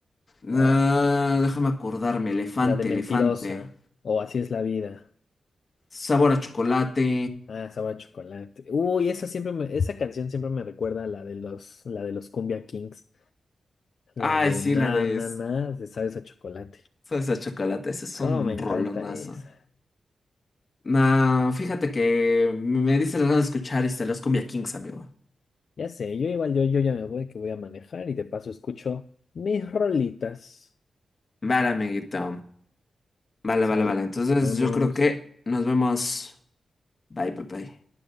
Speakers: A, on the left; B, on the left.
A: Ah,
B: Ah,
A: déjame acordarme, elefante,
B: la de mentirosa,
A: elefante.
B: o así es la vida.
A: Sabor a chocolate.
B: Ah, sabor a chocolate. Uy, esa siempre me- esa canción siempre me recuerda a la de los, la de los Cumbia Kings,
A: Ay,
B: la de
A: sí, la
B: na
A: de
B: na
A: s-
B: na, de sabes a chocolate.
A: salsa de chocolate, ese es
B: Cómo
A: un
B: me encanta
A: rolonazo.
B: esa.
A: Nah, fíjate que me dice las ganas de escuchar este, los Cumbia Kings, amigo.
B: Ya sé, yo igual yo, yo ya me voy que voy a manejar y de paso escucho mis rolitas.
A: Vale, amiguito. Vale,
B: Sale.
A: vale, vale. Entonces
B: Nos vemos.
A: yo creo que nos vemos. Bye, bye, bye.